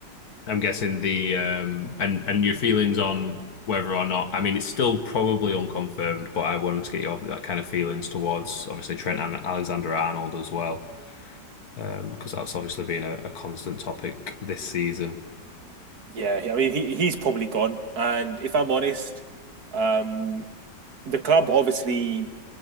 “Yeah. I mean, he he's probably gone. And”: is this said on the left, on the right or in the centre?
Right